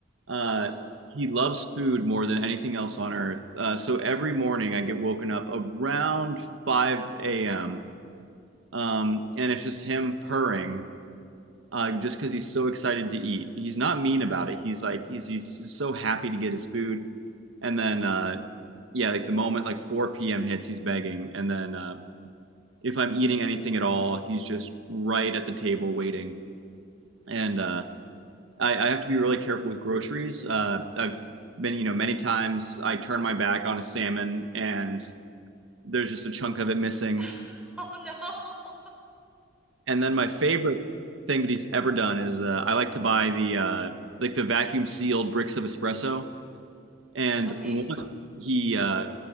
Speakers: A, on the right (about 80°); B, in the centre.
A: Uh,
B: Uh-huh.
A: he loves food more than anything else on earth. Uh, so every morning I get woken up around 5 a.m. Um, and it's just him purring uh, just because he's so excited to eat. He's not mean about it. He's like he's he's just so happy to get his food. And then uh, yeah, like the moment like 4 p.m. hits, he's begging. And then uh, if I'm eating anything at all, he's just right at the table waiting. And uh, I, I have to be really careful with groceries. Uh, I've been, you know, many times I turn my back on a salmon and there's just a chunk of it missing.
B: <laughs> Oh no.
A: And then my favorite thing that he's ever done is uh, I like to buy the uh, like the vacuum sealed bricks of espresso. And
B: Okay.
A: once he uh,